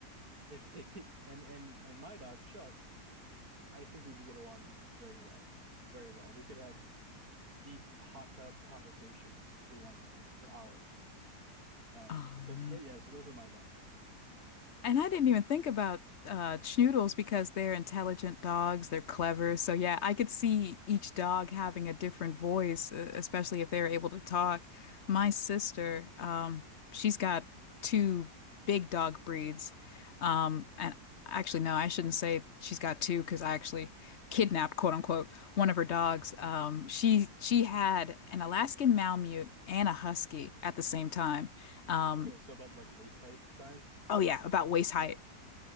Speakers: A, on the right; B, on the left.
A: If <laughs> it, and and and my dog Chuck, I think we would get along very well. Very well. We could have deep hot tub conversations if we wanted to for hours. Um
B: Oh,
A: so
B: man.
A: th yeah, so those are my dogs. <laughs>
B: And I didn't even think about uh schnoodles because they're intelligent dogs, they're clever. So yeah, I could see each dog having a different voice, uh, especially if they're able to talk. My sister, um, she's got two big dog breeds. Um, and actually no, I shouldn't say she's got two because I actually kidnapped, quote unquote, one of her dogs. Um, she she had an Alaskan Malamute and a Husky at the same time. Um,
A: Okay, so about like waist height size.
B: oh yeah, about waist height.